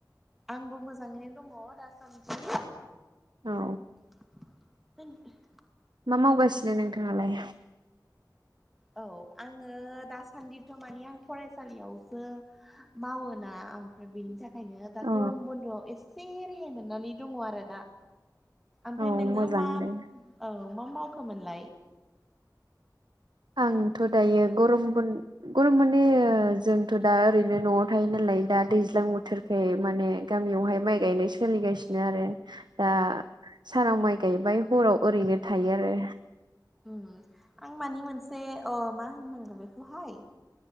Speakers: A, in the centre; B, on the right.
A: आंबो मोजाङैनो दङ दासान्दि।
B: औ।
A: <inaudible>
B: मा मावगासिनो नोंथाङालाय
A: औ आङो दासान्दिथ' मानि आं फरायसालियावसो मावो ना आम। बेनि थाखायनो दा
B: अ
A: गरम बन्द'आव एसे रेहाय मोननानै दङ आरो ना। ओमफाय
B: औ
A: नोङो
B: मोजां
A: मा
B: दे
A: औ मा मावखोमोनलाय?
B: आंथ' दायो गरम बन गर' माने जोंथ' दा ओरैनो न'आव थायो नालाय दा दैज्लां बोथोर। <unintelligible> माने गामियावहाय माइ गायनाय सोलिगासिनो आरो। दा
A: औ
B: सानाव माइ गायबाय हराव ओरैनो थायो आरो।
A: ओं आं मानि मोनसे अ मा होननांगौ बेखौहाय।